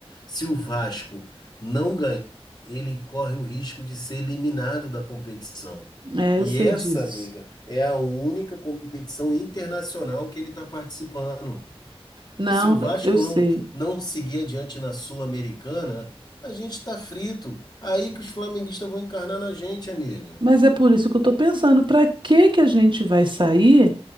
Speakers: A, on the left; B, on the right.
A: Se o Vasco não ganhar, ele corre o risco de ser eliminado da competição.
B: é,
A: E
B: eu sei
A: essa,
B: disso.
A: amiga, é a única competição internacional que ele está participando.
B: Não,
A: Se o Vasco
B: eu sei.
A: não, não seguir adiante na Sul-Americana, a gente está frito. Aí que os flamenguistas vão encarnar na gente, amiga.
B: Mas é por isso que eu estou pensando, para que que a gente vai sair,